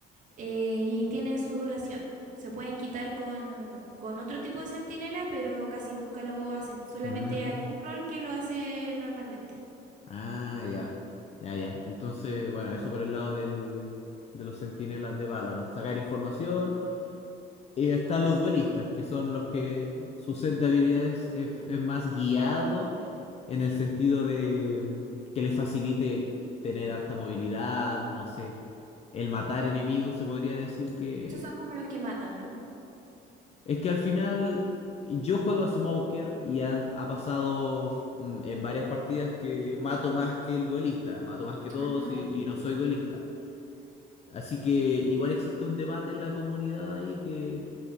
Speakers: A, on the right; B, on the left.
A: eh, y tienen su duración. Se pueden quitar con, con otro tipo de sentinela, pero casi nunca lo hacen. Solamente
B: Mm.
A: hay un rol que lo hace normalmente.
B: Ah, ya. Ya, ya. Entonces, bueno, eso por el lado del, de los centinelas de Valorant. Sacar información. Y están los duelistas, que son los que su set de habilidades es, es más guiado en el sentido de mm, que les facilite tener harta movilidad, no sé, el matar enemigos, se podría decir que
A: Esos son como los que matan, ¿o ¿no?
B: Es que al final yo juego a Smoker y han- ha pasado mm, en varias partidas que mato más que el duelista, mato más que todos
A: Ah,
B: y, y no soy duelista. Así que igual existe un debate en la comunidad ahí que,